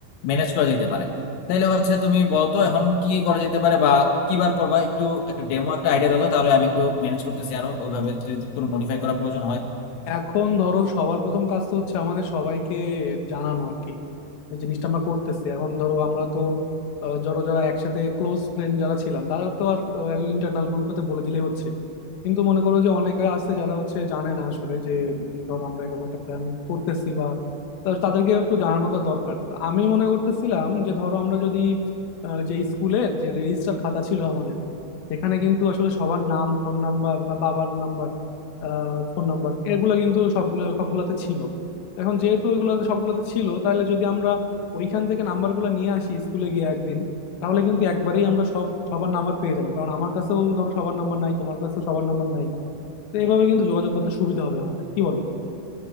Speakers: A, on the left; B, on the left.
A: ম্যানেজ করা যেতে পারে তাইলে হচ্ছে তুমি বলো তো এখন কি করা যেতে পারে বা কি বার করবা একটু একটা ডেমো একটা আইডিয়া দাও তো, তাহলে আমি একটু ম্যানেজ করতেছি আরো ওইভাবে যদি কোনো মডিফাই করার প্রয়োজন হয়
B: এখন ধরো সবার প্রথম কাজ তো হচ্ছে আমাদের সবাইকে জানানো আর কি এই জিনিসটা আমরা করতেছি এখন ধরো আমরা তো আহ, ধরো যারা একসাথে ক্লোজ ফ্রেন্ড যারা ছিলাম তারা তো আর আহ, ওই ইন্টারনাল গ্রুপটাতে বলে দিলেই হচ্ছে কিন্তু মনে করো যে অনেকে আছে যারা হচ্ছে জানে না আসলে যে উম, ধরো আমরা এরকম একটা প্ল্যান করতেছি বা তা তাদেরকে একটু জানানোটা দরকার তো আমি মনে করতেছিলাম যে ধরো আমরা যদি আহ, যে স্কুলের যে রেজিস্টার খাতা ছিল আমাদের সেখানে কিন্তু আসলে সবার নাম ফোন নাম্বার বা বাবার নাম্বার ফোন নাম্বার এগুলো কিন্তু সবগুলো সবগুলাতে ছিল এখন যেহেতু ওইগুলোতে সবগুলোতে ছিল তাহলে যদি আমরা ওইখান থেকে নাম্বারগুলো নিয়ে আসি স্কুলে গিয়ে একদিন তাহলে কিন্তু একবারেই আমরা সব সবার নাম্বার পেয়ে যাবো কারণ আমার কাছেও ধরো সবার নাম্বার নাই তোমার কাছেও সবার নাম্বার নাই তো এইভাবে কিন্তু যোগাযোগ করতে সুবিধা হবে আমাদের কি বলো